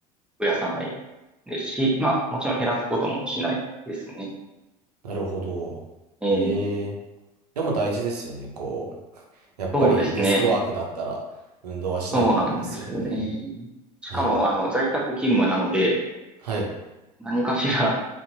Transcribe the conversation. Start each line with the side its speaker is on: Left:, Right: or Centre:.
Centre: 増やさないですし、まあ、もちろん減らすこともしないですね。
Right: なるほど。
Centre: えー
Right: へえ。でも大事ですよね。こう、やっぱりデスクワークだったら運動はしないとダメですよね。
Centre: そうですね。そうなんですよね。しかも、
Right: はい。
Centre: あの、在宅勤務なので、
Right: はい。
Centre: 何かしら